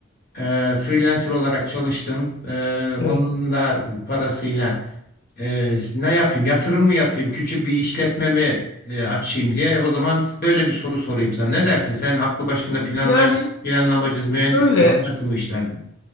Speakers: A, on the left (about 50°); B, on the left (about 80°).
A: Eee, freelancer olarak çalıştım. Eee,
B: Evet.
A: onun da parasıyla eee, ne yapayım? Yatırım mı yapayım? Küçük bir işletme mi eee, açayım diye. O zaman böyle bir soru sorayım sana. Ne dersin? Sen aklı başında planlay
B: Yani
A: planlamacı, mühendis
B: öyle
A: anlarsın bu işlerden.